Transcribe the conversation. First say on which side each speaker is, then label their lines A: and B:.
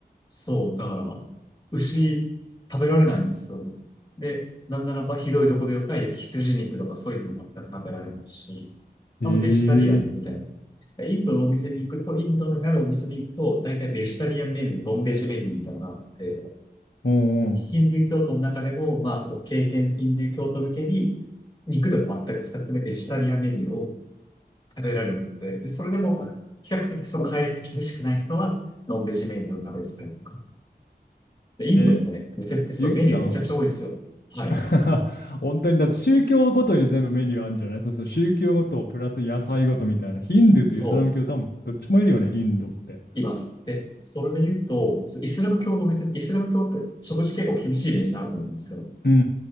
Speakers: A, on the left; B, on the left.
A: そう、だから、牛食べられないんですよ。で、なんならばひどいとこでよったら、いや羊肉とかそういうのも全く食べられないし、
B: へ
A: あとベジタリアンみたいな。
B: え。
A: でインドのお店に行くと、インドのあるお店に行くと、大体ベジタリアンメニュー、ノンベジメニューみたいなのがあって、
B: うんうん。
A: ヒンドゥー教徒の中でも、まあ、その経験ヒンドゥー教徒向けに、肉とか全く使ってないベジタリアンメニューを食べられるので、でそれでも、比較的その戒律厳しくない人は、ノンベジメニューを食べてたりとか。で、インドのね、
B: え、
A: 店ってそれメニューめちゃくちゃ多いですよ。
B: ゆきさん。
A: はい。
B: <laughs> 本当にだって宗教ごとに全部メニューあるんじゃないそして宗教ごとプラス野菜ごとみたいな。ヒンドゥーとイスラム教多分どっちもいるよね、
A: そ
B: インドって。
A: う、います。で、それで言うと、そうイスラム教のお店、イスラム教って食事結構厳しいイメージあると思うんですよ。
B: うんう